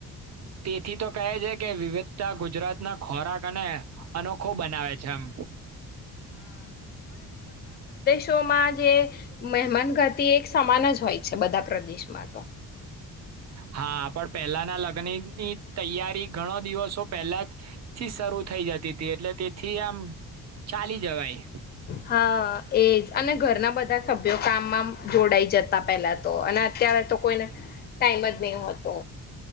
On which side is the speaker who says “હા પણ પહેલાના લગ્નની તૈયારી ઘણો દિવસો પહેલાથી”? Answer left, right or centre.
Right